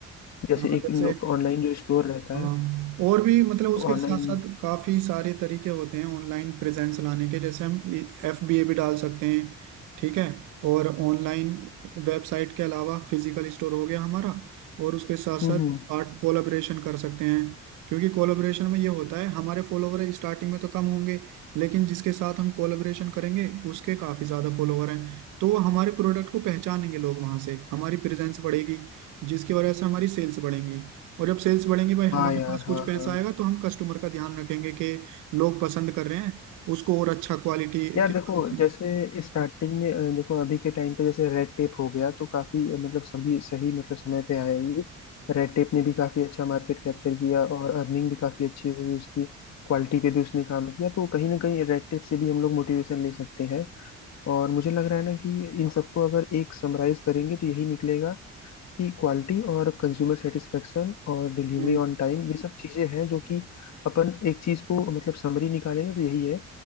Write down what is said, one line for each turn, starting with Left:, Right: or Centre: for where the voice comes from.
Left: जैसे
Right: हाँ
Left: एक
Right: जैसे
Left: ऑनलाइन जो स्टोर रहता
Right: हाँ
Left: है
Right: और भी मतलब उसके
Left: तो ऑनलाइन
Right: साथ साथ काफी सारे तरीके होते हैं ऑनलाइन प्रेजेंस लाने के जैसे हम एफ बी ए भी डाल सकते हैं ठीक है और ऑनलाइन वेबसाइट के अलावा फिजिकल स्टोर हो गया हमारा और उसके साथ
Left: हम्म
Right: साथ
Left: हम्म
Right: पार्ट कोलाबरेशन कर सकते हैं क्योंकि कोलाबरेशन में ये होता है हमारे फॉलोवर स्टार्टिंग में तो कम होंगे लेकिन जिसके साथ हम कोलाबरेशन करेंगे उसके काफी ज्यादा फॉलोवर हैं तो वो हमारे प्रोडक्ट को पहचानेंगे लोग वहां से हमारी प्रेजेंस बढ़ेगी जिसकी वजह से हमारी सेल्स बढ़ेंगी और जब सेल्स बढ़ेंगे भाई हमारे
Left: हाँ यार
Right: पास कुछ
Left: हाँ
Right: पैसा
Left: हाँ
Right: आएगा तो हम कस्टमर का ध्यान रखेंगे कि लोग पसंद कर रहे हैं उसको और अच्छा क्वालिटी
Left: यार
Right: के
Left: देखो
Right: साथ
Left: जैसे स्टार्टिंग में अ, देखो अभी के टाइम पे जैसे रेड टेप हो गया तो काफी अ, मतलब सभी सही मतलब समय पे आया ये रेड टेप ने भी काफी अच्छा मार्केट कैप्चर किया और अर्निंग भी काफी अच्छी हुई उसकी क्वालिटी पे भी उसने काम किया तो कहीं ना कहीं रेड टेप से भी हम लोग मोटिवेशन ले सकते हैं और मुझे लग रहा है ना कि इन सबको अगर एक समराइज करेंगे तो यही निकलेगा कि क्वालिटी और कंज्यूमर सेटिस्फेक्शन और डिलीवरी
Right: हम्म,
Left: ऑन टाइम ये सब चीज़ें हैं जो कि अपन एक चीज़ को मतलब समरी निकाले ना तो यही है